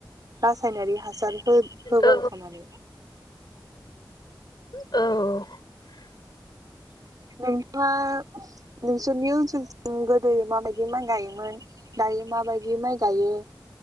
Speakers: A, on the right; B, on the left.
A: रासायनारि हासार हो- होबाय
B: औ
A: थानानै
B: औ <inaudible>
A: नोंथाङा नोंसोरनि ओनसोल गोदो माबायदि माइ गायोमोन दायो माबायदि माइ गायो